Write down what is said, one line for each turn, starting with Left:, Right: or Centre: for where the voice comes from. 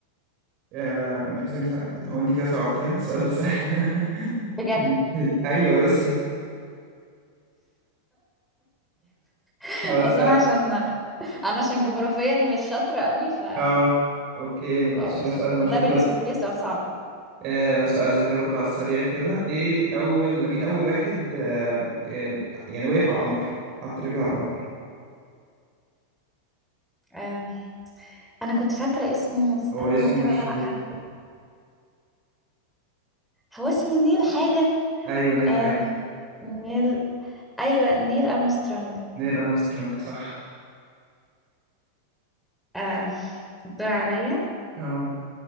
Right: آه من حيث المساحة هو أنت كده صعبتيها السؤال ده سهل
Centre: بجد
Right: <laughs> أيوة روسيا
Centre: <laughs>
Right: طب أسأل
Centre: اصل انا عشان ما انا عشان جغرافيا مش شاطره قوي ف
Right: اه اوكي
Centre: اه
Right: سؤال مشهور
Centre: ده بالنسبة
Right: طب
Centre: لي سؤال صعب
Right: آه سؤال سهل برضو على السريع كده ايه اول مين اول واحد آه آه، يعني وقف على القمر حط رجله على القمر
Centre: آه. أنا كنت فاكرة اسمه استنى
Right: هو اسمه
Centre: كده
Right: مشهور
Centre: لأ هفتكر هو اسمه نيل حاجة
Right: ايوه نيل
Centre: آه.
Right: حاجة
Centre: نيل أيوة نيل أرمسترونج
Right: نيل ارمسترونج صح
Centre: آه. الدور عليا
Right: اه